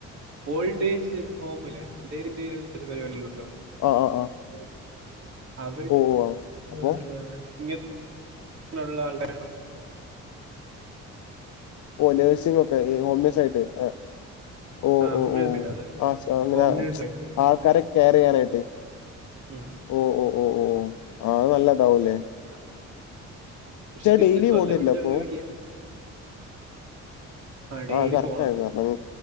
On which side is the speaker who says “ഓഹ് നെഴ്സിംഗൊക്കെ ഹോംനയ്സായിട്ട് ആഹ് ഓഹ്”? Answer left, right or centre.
Left